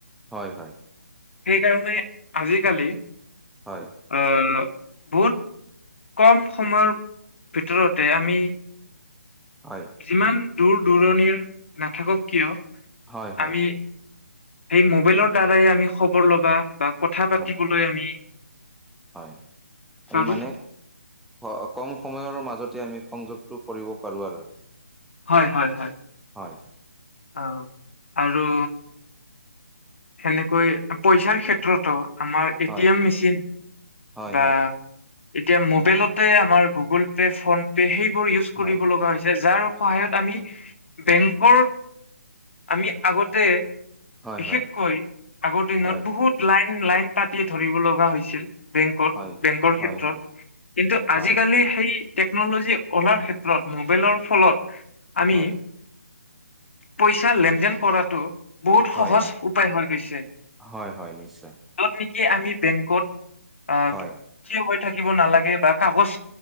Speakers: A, in the centre; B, on the left.
A: হয় হয়।
B: সেইকাৰণে আজিকালি
A: হয়।
B: অ বহুত কম সময়ৰ ভিতৰতে আমি
A: হয়।
B: ইমান দূৰ দূৰণিৰ নাথাকক কিয়
A: হয় হয়
B: আমি সেই মোবাইলৰ দ্বাৰাই আমি খবৰ ল'বা বা কথা পাতিবলৈ
A: হয়
B: আমি
A: হয়, আমি
B: পাৰো
A: মানে হ কম সময়ৰ মাজতে আমি সংযোগটো কৰিব পাৰো আৰু
B: হয় হয় হয়।
A: হয়
B: অঁ আৰু সেনেকৈ পইচাৰ ক্ষেত্ৰতো আমাৰ এ
A: হয়
B: টি এম মেচিন
A: হয়
B: বা
A: হয়
B: এতিয়া মোবাইলতে আমাৰ গুগল পে' ফোন তে সেইবোৰ ইউচ
A: হয়
B: কৰিব লগা হৈছে, যাৰ সহায়ত আমি বেংকৰ আমি আগতে
A: হয়
B: বিশেষকৈ
A: হয়
B: আগৰ দিনত
A: হয়
B: বহুত লাইন লাইন পাতি ধৰিব লগা হৈছিল- বেংকত
A: হয়
B: বেংকৰ
A: হয়
B: ক্ষেত্ৰত
A: হয়
B: কিন্তু আজিকালি
A: হয়
B: সেই টেকনলজি ওলাৰ ক্ষেত্ৰত মোবাইলৰ ফলত আমি
A: হয়
B: পইচা লেন দেন কৰাটো বহুত
A: হয়
B: সহজ
A: হয়
B: উপায় হৈ গৈছে,
A: হয় হয় নিশ্চয়
B: যত নেকি আমি বেংকত আঁ
A: হয়
B: থিয় হৈ থাকিব নালাগে বা কাগজ